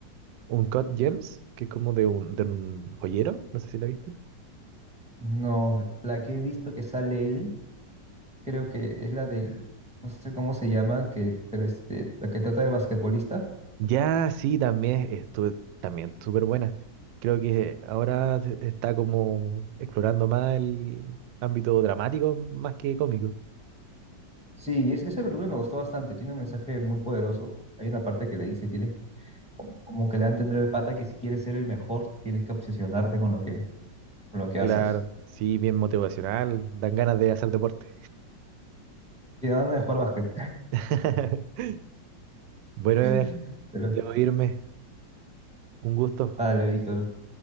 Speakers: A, on the right (about 80°); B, in the centre.
A: Uncut Gems, que es como de un, de un joyero. No sé si la viste.
B: No, la que he visto que sale él, creo que es la del, no sé cómo se llama, que, pero este, la que trata del basquetbolista.
A: Ya, sí, también estuvo también súper buena. Creo que ahora se- está como explorando más el ámbito dramático más que cómico.
B: Sí, es- esa película me gustó bastante, tiene un mensaje muy poderoso. Hay una parte que le dice, tienes como que le dan tendré el pata que si quieres ser el mejor, tienes que obsesionarte con lo que, con lo que
A: Claro,
B: haces.
A: sí, bien motivacional, dan ganas de hacer deporte.
B: Sí, van a jugar básquet.
A: <laughs> Bueno,
B: <laughs>
A: Eder,
B: Pero,
A: debo irme. Un gusto.
B: vale, Víctor.